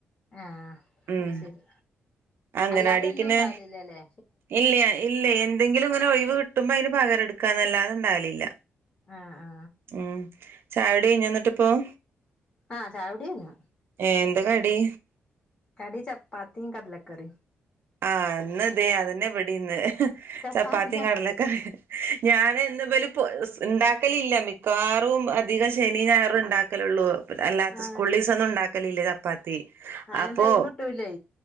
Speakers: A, on the left (about 25°); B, on the right (about 60°).
A: ഏഹ്,
B: ഉം
A: അഹ് ശെരി
B: അംഗനവാടിക്കിന്നെ
A: അല്ലാതെ എന്നുംഇ ണ്ടാവല് ഇല്ലലേ.
B: ഇല്ല, ഇല്ല എന്തെങ്കിലും ഇങ്ങനെ ഒഴിവ് കിട്ടുമ്പോ അയിന് പകര ഇട്ക്കാന്നല്ലാതെ ഇണ്ടാലില്ല.
A: ആ ആ
B: ആഹ് ചായകുടി കഴിഞ്ഞ ഇന്നിട്ട് ഇപ്പം?
A: ആഹ് ചായ കുടി കഴിഞ്ഞു.
B: ഏഹ് എന്താ കടി?
A: കടി ചപ്പാത്തിം കടലക്കറി.
B: ആഹ് ഇന്ന്തെ അതന്നെ ഇവിടിന്ന്. ഇഹ് ഇഹ്
A: ചപ്പാത്തി
B: ചപ്പാത്തിം കടലക്കറിം ഇഹ് ഞാന് ഇന്ന് ഇബല് <unintelligible> ഇണ്ടാക്കലില്ല മിക്കവാറും അധികം ശനി ഞായറും ഇണ്ടാക്കലൊള്ളൂ. അല്ലാത്ത
A: ആ
B: സ്കൂൾലീസഒന്നും ഇണ്ടാക്കലില്ല ചപ്പാത്തി.
A: അയിന്
B: അപ്പൊ
A: ടൈം കിട്ടൂലേ